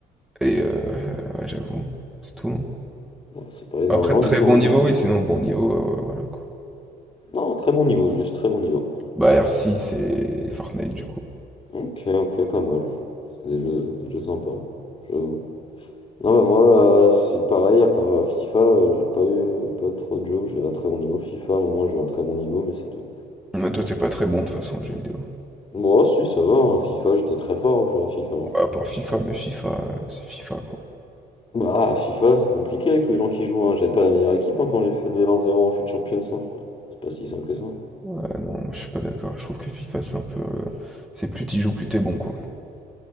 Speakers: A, in the centre; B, on the left.
A: Et euh, ouais, j'avoue, c'est tout. hein.
B: Bon, c'est pas énormément,
A: Après, très
B: du coup,
A: bon
B: hein,
A: niveau,
B: quand même.
A: oui, sinon bon niveau, euh, voilà quoi.
B: Non, très bon niveau, juste très bon niveau.
A: Bah, R6 et Fortnite, du coup.
B: Ok, ok, pas mal. Des jeux, des jeux sympas, hein, j'avoue. Non, bah moi, c'est pareil, à part euh, FIFA, euh, j'ai pas eu pas trop de jeux où j'ai un très bon niveau. FIFA, à un moment, j'ai un très bon niveau, mais c'est tout.
A: Mais toi, t'es pas très bon de toute façon aux jeux vidéo.
B: Bon, ah, si, ça va, hein, FIFA, j'étais très fort au jeu à FIFA. hein.
A: Ouais, à part FIFA, mais FIFA, euh, c'est FIFA quoi.
B: Bah, FIFA, c'est compliqué avec tous les gens qui jouent. hein. J'avais pas la meilleure équipe hein, quand j'ai fait des 20-0 en FUT Champions. hein. C'est pas si simple que ça.
A: Ouais, non, moi je suis pas d'accord. Je trouve que FIFA, c'est un peu. euh, C'est plus t'y joues, plus t'es bon quoi.